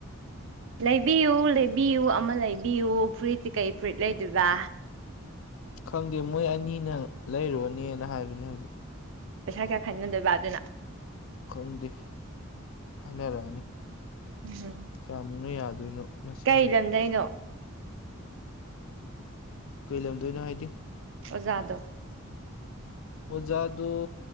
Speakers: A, on the right; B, on the left.
A: ꯂꯩꯕꯤꯌꯨ ꯂꯩꯕꯤꯌꯨ ꯑꯃ ꯂꯩꯕꯤꯌꯨ ꯐꯨꯔꯤꯠꯇꯤ ꯀꯩ ꯐꯨꯔꯤꯠ ꯂꯩꯗꯣꯏꯕ
B: ꯈꯪꯗꯦ ꯃꯣꯏ ꯑꯅꯤꯅ ꯂꯩꯔꯨꯔꯅꯤꯅ ꯍꯥꯏꯕꯅꯦ ꯍꯧꯖꯤꯛ
A: ꯄꯩꯁꯥ ꯀꯌꯥ ꯈꯥꯏꯅꯗꯣꯏꯕ ꯑꯗꯨꯅ
B: ꯈꯪꯗꯦ ꯍꯥꯏꯅꯔꯛꯑꯅꯤ
A: ꯎꯝ
B: ꯀꯌꯥꯃꯨꯛꯅ ꯌꯥꯗꯣꯏꯅꯣ ꯃꯁꯤꯡꯗꯣ
A: ꯀꯩ ꯂꯝꯗꯩꯅꯣ
B: ꯀꯩꯂꯝꯗꯣꯏꯅꯣ ꯍꯥꯏꯗꯤ
A: ꯑꯣꯖꯥꯗꯣ
B: ꯑꯣꯖꯥꯗꯣ